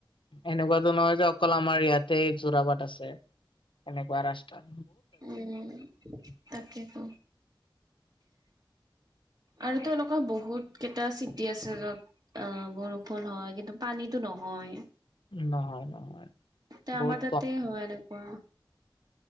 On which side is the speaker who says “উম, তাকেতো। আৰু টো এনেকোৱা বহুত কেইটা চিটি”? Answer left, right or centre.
Right